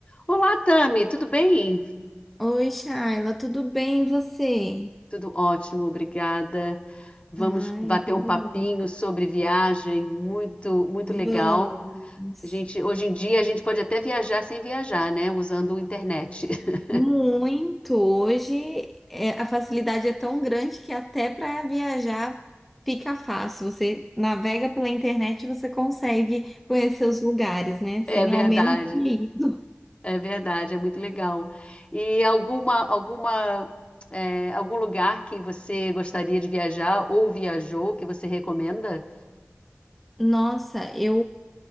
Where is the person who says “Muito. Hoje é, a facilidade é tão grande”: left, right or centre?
Centre